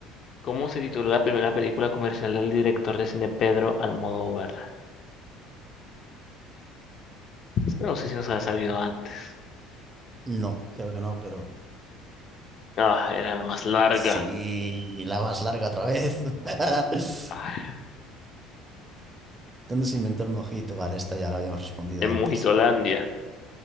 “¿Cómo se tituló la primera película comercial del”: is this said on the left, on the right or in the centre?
Left